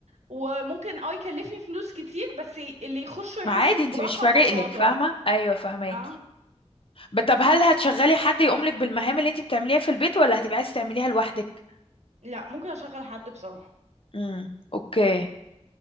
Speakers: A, on the right; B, on the left.
A: وممكن اه يكلفني فلوس كتير بس اللي يخشوا يحسوا
B: ما عادي
A: براحه
B: انت مش فارق
A: وبساطه
B: لك فاهمه ايوه فهماكي
A: اه
B: ب- طب هل هتشغلي حد يقوم لك بالمهام اللي انت بتعمليها في البيت ولا هتبقي عايزه تعمليها لوحدك
A: لا ممكن اشغل حد بصراحه
B: امم اوكي